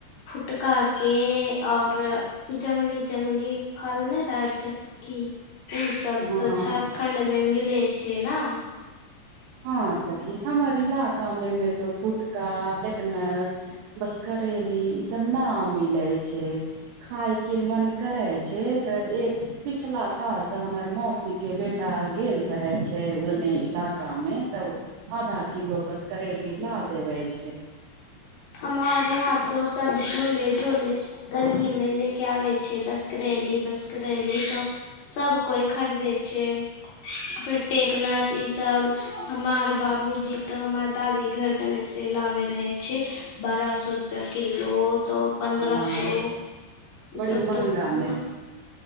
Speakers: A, on the left (about 70°); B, on the right (about 80°).
A: फुटका के और जंगली जंगली फल्लें राज्य सखी उ सब
B: हँ
A: त झारखण्ड ठंड मे मीलै छै ना
B: हँ सखी हमर इलाका मे त फुटका टेकनस बस करेली ई सब ना मिलै छै खायके मन करै छै तऽ एक पिछला साल ते हमर मौसी के बेटा गेल रहे छै ओने इला का मे तब आधा किलो बस करेली ला देवै छै
A: हमारे यहां तो सब झोले झोले गली में ले के आबै छै बस करैली बस्करैली तो सब कोइ खरीदे छै फेर टेकनास ई सब हमार बाबूजी तऽ हमर दादी घर देने से लाबे रहे छैय। बारह सए रुपया किलो तऽ पन्द्रह
B: हँ
A: सौ ओ
B: बड़ी
A: सब
B: महंगा
A: त <unintelligible>